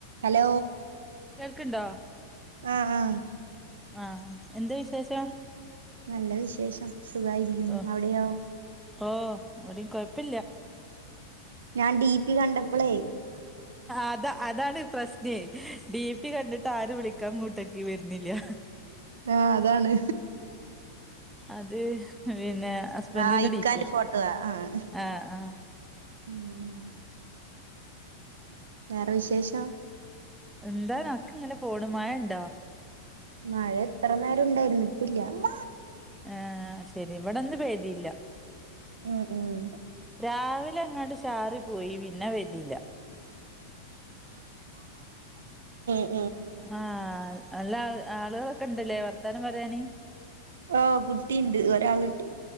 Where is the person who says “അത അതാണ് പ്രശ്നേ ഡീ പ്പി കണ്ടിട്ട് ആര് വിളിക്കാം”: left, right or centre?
Centre